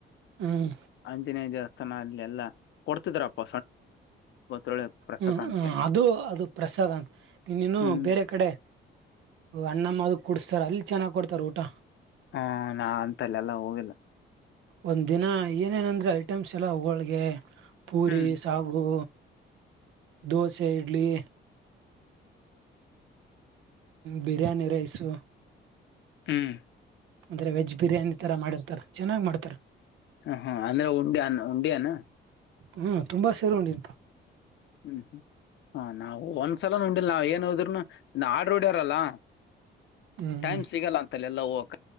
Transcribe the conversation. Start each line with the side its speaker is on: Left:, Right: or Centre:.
Right: ಹ್ಮ್
Left: ಆಂಜನೇಯ ದೇವಸ್ಥಾನ ಹಾ ಅಲ್ಲಿ ಎಲ್ಲಾ ಕೊಡ್ತಿದ್ರಪ್ಪ. ಒತ್ತೊಳ್ಳೆ ಪ್ರಸಾದ
Right: ಹ್ಮ್
Left: ಅಂತ
Right: ಹ್ಮ ಅದು ಅದು ಪ್ರಸಾದ್ ಅಂತ ಇ
Left: ಹ್ಮ್
Right: ಬೇರೆ ಕಡೆ ಅಣ್ಣಮ್ಮ ಅದು ಕುಡಸ್ತಾ ಸರ್ ಅಲ್ಲಿ ಚೆನ್ನಾಗ್ ಕೊಡ್ತಾರೆ ಊಟ
Left: ಹ್ಮ ನಾ ಅಂತಲ್ಲ ಎಲ್ಲ ಹೋಗಿಲ್ಲ.
Right: ಒಂದ್ ದಿನ ಏನೇನಂದ್ರೆ ಐಟಮ್ಸ್ ಎಲ್ಲ ಹೋಳ್ಗೆ ಪೂರಿ
Left: ಹ್ಮ್
Right: ಸಾಗು ದೋಸೆ ಇಡ್ಲಿ ಬಿರಿಯಾನಿ ರೈಸು
Left: ಹ್ಮ್
Right: ಅಂದ್ರೆ ವೆಜ್ ಬಿರಿಯಾನಿ ತರ ಮಾಡಿರ್ತಾರ. ಚೆನ್ನಾಗ್ ಮಾಡ್ತಾರೆ.
Left: ಹ ಹಾ ಅಂದ್ರೆ ಉಂಡಿ ಅ ಉಂಡಿಯ ಅನ <inaudible>
Right: ಹ್ಮ್ ತುಂಬಾ ಸರು ಉಂಡಿಂತ
Left: ಹ್ಮ್ ಹ್ಮ್ ಹ ನಾವು ಒಂದ್ಸಲ ನೋಡಿಲ್ ನಾವ ಏನ್ ಹೋದ್ರರುನು ಆಡ್ರ ಹೊಡ್ಯಾರಲ್ಲಾ.
Right: ಹ್ಮ್
Left: ಟೈಮ್ ಸಿಗಲ್ಲ ಅಂತಲ್ಲ ಎಲ್ಲ ಹೋಗ